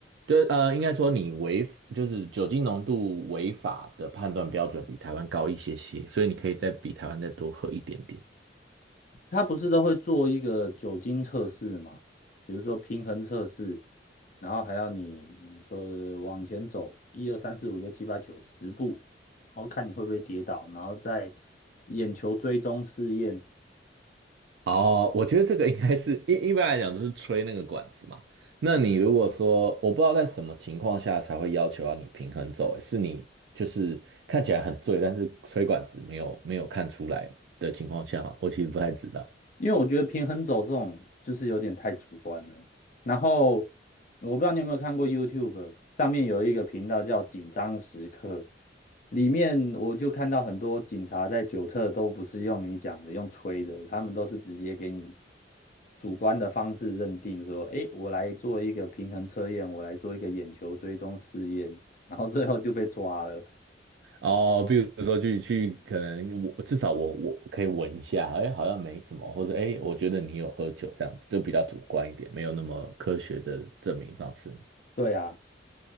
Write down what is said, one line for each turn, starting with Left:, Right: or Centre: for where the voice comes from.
Right: 就呃，应该说你违就是酒精浓度违法的判断标准比台湾高一些些，所以你可以再比台湾再多喝一点点。
Left: 他不是都会做一个酒精测试吗？比如说平衡测试，然后还要你你说往前走一二三四五六七八九十步，然后看你会不会跌倒，然后再眼球追踪试验。
Right: 哦，我觉得这个应该是一一般来讲都是吹那个管子嘛。那你如果说我不知道在什么情况下才会要求要你平衡走，欸是你就是看起来很醉，但是吹管子没有没有看出来的情况下嘛？我其实不太知道。
Left: 因为我觉得平衡走这种就是有点太主观了。然后我不知道你有没有看过 YouTube 上面有一个频道叫“紧张时刻”，里面我就看到很多警察在酒测都不是用你讲的，用吹的，他们都是直接给你主观的方式认定说，诶，我来做一个平衡测验，我来做一个眼球追踪试验，然后最后就被抓了。
Right: 哦，比如说去去，可能我至少我我可以闻一下，哎，好像没什么，或者哎，我觉得你有喝酒这样子，就比较主观一点，没有那么科学的证明方式。
Left: 对啊，